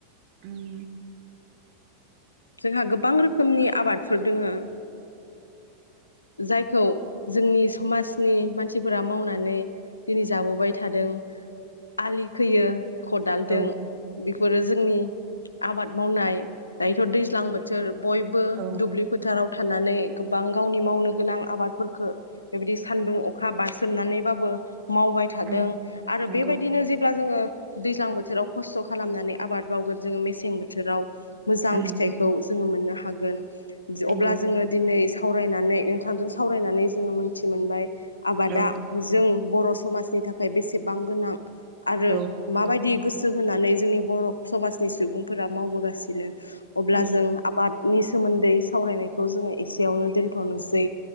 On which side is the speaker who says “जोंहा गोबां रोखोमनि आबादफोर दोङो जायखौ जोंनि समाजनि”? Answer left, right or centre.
Left